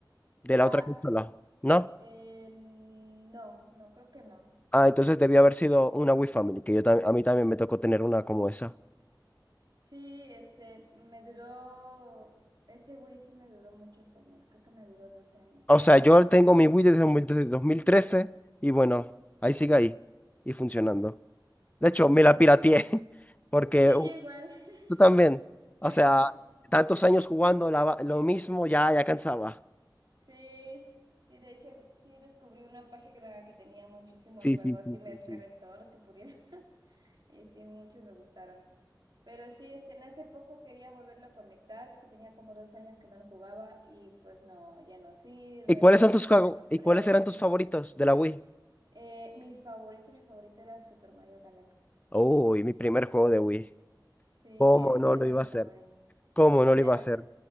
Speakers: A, on the left; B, on the right.
A: de
B: Ah,
A: la otra consola, ¿no?
B: eh, no, no, creo que no.
A: Ah, entonces debió haber sido una Wii Family, que yo tam- a mí también me tocó tener una como esa.
B: Sí, este, me duró, ese Wii sí me duró muchos años. Creo que me duró 12 años.
A: O sea, yo tengo mi Wii desde mil- desde 2013 y bueno, ahí sigue ahí y funcionando. De
B: Sí.
A: hecho, me la pirateé <laughs> porque
B: Sí,
A: uh,
B: yo igual. <laughs>
A: tú también. O
B: Sí,
A: sea, tantos años jugando la va- lo mismo ya, ya cansaba.
B: sí, sí, de hecho, sí descubrí una página que tenía muchísimos
A: Sí,
B: juegos
A: sí, sí,
B: y me
A: sí,
B: descargué
A: sí.
B: todos los que pudiera. <laughs> Y sí, muchos me gustaron. Pero sí, este, en hace poco quería volverlo a conectar porque tenía como dos años que no lo jugaba y pues no, ya no sirve,
A: ¿Y cuáles
B: los
A: son
B: controles
A: tus juegos?
B: no
A: ¿Y
B: prenden.
A: cuáles eran tus favoritos de la Wii?
B: Eh, mi favorito, mi favorito era Super Mario Galaxy.
A: Uy, mi primer juego de Wii.
B: Sí,
A: ¿Cómo
B: ese
A: no lo
B: era
A: iba
B: mi
A: a hacer?
B: favorito.
A: ¿Cómo
B: Y,
A: no lo
B: ta-
A: iba a hacer?